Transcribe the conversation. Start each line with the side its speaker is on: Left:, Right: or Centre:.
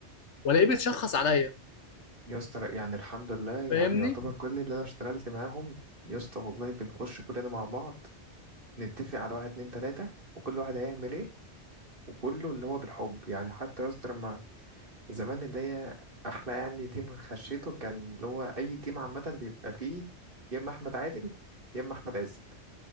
Left: والاقيه بيتشخص عليا
Right: يا اسطى لأ، يعني الحمد لله يعني
Left: فاهمني
Right: يعتبر كل اللي انا اشتغلت معاهم يا اسطى والله بنخش كلنا مع بعض نتفق على واحد اتنين تلاتة وكل واحد هيعمل ايه وكله اللي هو بالحب يعني حتى يا اسطى لما زمان اللي هي احلى يعني تيم خشيته كان اللي هو اي تيم عامة بيبقى فيه يا اما احمد عادل يا اما احمد عزت